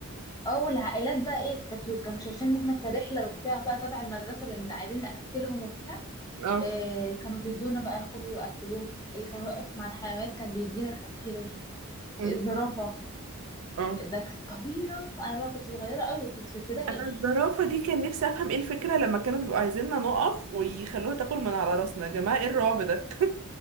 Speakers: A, on the left; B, on the right.
A: اه والعائلات بقى ايه كانت- كانوا شايفين ان احنا كرحله وبتاع بقى تبع المدرسه لان عايزين ناكلهم وبتاع
B: اه
A: إيه كانوا بيدونا بقى خبز واكلوه اللي كان واقف مع الحيوانات كان بيدينا ناكله
B: أمم،
A: الزرافه
B: اه
A: ده كانت طويله انا بقى كنت صغيره قوي كنت في ابتدائي
B: انا الزرافة دي كان نفسي افهم ايه الفكرة لما كانوا بيبقوا عايزيننا نقف ويخلوها تاكل من على راسنا يا جماعة ايه الرعب ده